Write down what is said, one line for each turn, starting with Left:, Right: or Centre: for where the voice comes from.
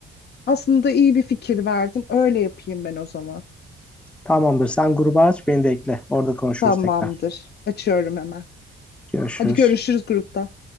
Left: Aslında iyi bir fikir verdin. Öyle yapayım ben o zaman.
Centre: Tamamdır. Sen gruba aç, beni de ekle. Orada konuşuruz
Left: Tamamdır.
Centre: tekrar.
Left: Açıyorum hemen.
Centre: Görüşürüz.
Left: Hadi görüşürüz grupta.